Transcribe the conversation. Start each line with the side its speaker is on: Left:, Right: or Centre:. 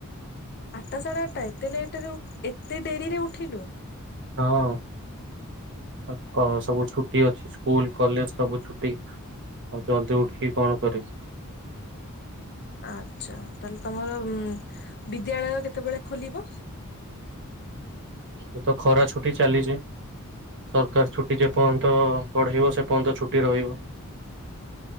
Left: ଆଠଟା ସାଢ଼େ ଆଠଟା ଏତେ ଲେଟ୍ ରେ ଏତେ ଡେରିରେ ଉଠିଲୁ?
Right: ହଁ। <unintelligible> ଛୁଟି ଅଛି ସ୍କୁଲ କଲେଜ ସବୁ ଛୁଟି ଆଉ ଜଲଦି ଉଠିକି କଣ କରିବି?
Left: ଆଚ୍ଛା ତାହେଲେ ତମର ବିଦ୍ୟାଳୟ କେତେବେଳେ ଖୋଲିବ?
Right: ଏ ତ ଖରା ଛୁଟି ଚାଲିଛି। ସରକାର ଛୁଟି ଯେ ପର୍ଯ୍ୟନ୍ତ ବଢ଼େଇବ ସେ ପର୍ଯ୍ୟନ୍ତ ଛୁଟି ରହିବ।